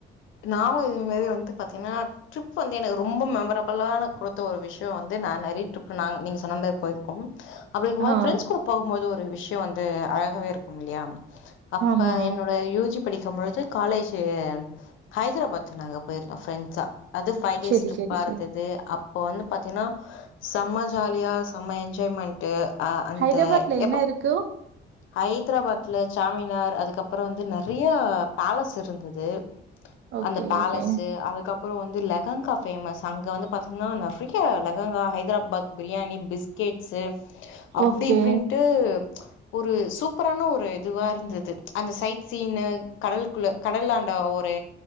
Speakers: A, on the left; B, on the right.
A: நானு இது மாரி வந்து பாத்தீங்னா ட்ரிப் வந்து எனக்கு ரொம்ப மெமரபுளா வந்து குடுத்த ஒரு விஷ்யோ வந்து நா நெறைய ட்ரிப் நாங் நீங்க சொன்ன மாரி போய் கும் அப்டீங்கும்போது
B: ஆ
A: பிரெண்ட்ஸ் கூட போகும்போது ஒரு விஷ்யோ வந்து அழகாவே இருக்கு மில்லையா அப்ப
B: ஆமா
A: என்னோட யூ ஜி படிக்கு பொழுது காலேஜ்ஜி ஹைதராபாத் நாங்க போயிருந்தோ ஃப்ரெண்ஸா அது ஃபைவ் டேஸ்
B: செரி
A: ட்ரிப்பா
B: செரி
A: இருந்தது
B: செரி
A: அப் இப்போ வந்து பாத்தீங்னா செம்ம ஜாலியா செம்ம என்ஜாய்மெண்ட் டு அ அந்த
B: ஹைதராபாத்ல என்ன
A: எபக்
B: இருக்கு
A: ஹைதராபாத்ல சாமினார் அதுக்கப்றோ வந்து நெறைய பேலஸ் இருந்தது
B: ஓகே
A: அந்த பேலஸ்ஸு
B: ஓகே
A: அதுக்கப் அப்றோ வந்து லகங்கா ஃபேமஸ் அங்க வந்து பாத்தீங்னா நெறைய லகங்கா ஹைதராபாத் பிரியாணி பிஸ்கெட்ஸ்ஸு அப்டி
B: ஓகே
A: இப்டின்ட்டு ஒரு சூப்பரான ஒரு இதுவா இருந்தது அந்த சைட் சீனு கடலுக்குள்ள கடல் ஆண்ட ஒரு